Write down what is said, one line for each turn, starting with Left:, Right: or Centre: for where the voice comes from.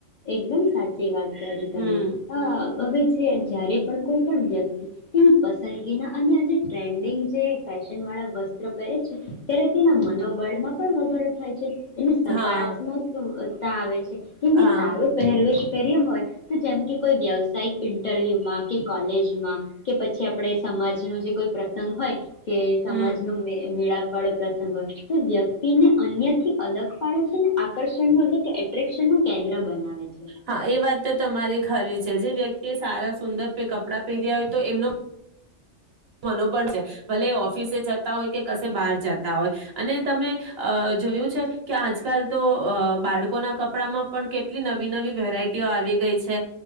Left: એકદમ સાચી વાત કરી
Right: હમ
Left: તમે હ હવે જે જ્યારે પણ કોઈ પણ વ્યક્તિ તેની પસંદગીના અને આજ ટરેન્ડિગ જે ફશન વાળા વસ્તુ પહેરે છે ત્યારે તેના મનો બળમાં પણ વધારો થાય છે એને સકારાત્મક
Right: હા
Left: તા આવે છે <unintelligible>
Right: હા
Left: સારો પહેરવેજ હોય તો જેમ કે કોઈ વ્યવસાયિક ઇન્ટરવ્યુમાં કે કોલેજમાં કે પછી આપણે સમાજ ન જે કોઈ પ્રસંગ હોય કે સમજ
Right: હમ
Left: નો મેળ વડો પ્રસંગ હોય તો વ્યક્તિ ને અન્ય થી અલગ પાડે છે ને આકર્ષણ માંડે કે શુ કેન્દ્ર બનાવે છે.
Right: હા એ વા વાત તો તમારી ખરી છે જે વ્યક્તિ એ સારા સુંદર કપડાં પહેર્યા હોય તો એમનો મનો પણડ છે ભલે ઓફિસે જતા હોય કે કશે બહાર જતા હોય અને તમે જોયું છે કે આજકાલ તો બાળકોના કપડામાં પણ કેટલી નવી નવી વેરાયટીઓ આવી ગઈ છે